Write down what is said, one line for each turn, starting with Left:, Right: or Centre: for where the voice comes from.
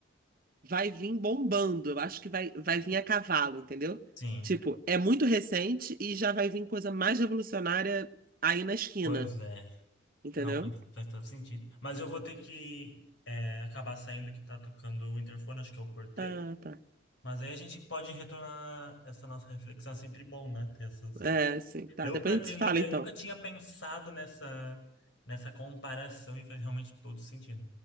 Right: vai vir bombando, eu acho que vai, vai vir a cavalo, entendeu?
Left: Sim,
Right: Tipo, é muito recente e já vai vir coisa mais revolucionária aí na esquina,
Left: pois é.
Right: entendeu?
Left: Não, faz, faz todo sentido. Mas eu vou ter que é, acabar saindo que tá tocando o interfone, acho que é o porteiro.
Right: Ah, tá.
Left: Mas aí a gente pode retornar essa nossa reflexão. É sempre bom, né? Ter essas
Right: É, sim, tá.
Left: Eu,
Right: Depois
Left: para
Right: a
Left: ter
Right: gente se
Left: uma
Right: fala,
Left: ideia,
Right: então.
Left: eu nunca tinha pensado nessa, nessa comparação e faz realmente todo sentido.